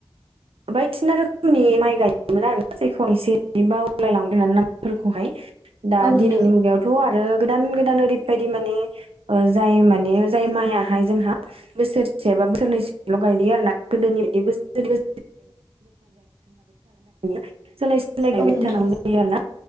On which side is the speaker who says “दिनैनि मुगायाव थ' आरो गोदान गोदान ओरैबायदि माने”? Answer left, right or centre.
Right